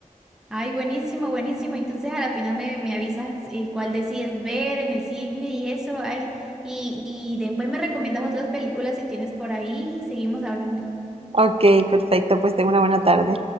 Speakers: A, in the centre; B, on the right (about 45°).
A: Ay, buenísimo, buenísimo. Entonces a la final me, me avisas eh, cuál decides ver en el cine y eso. Ay, y, y después me recomiendas otras películas si tienes por ahí y seguimos hablando.
B: Ok, perfecto. Pues tengo una buena tarde.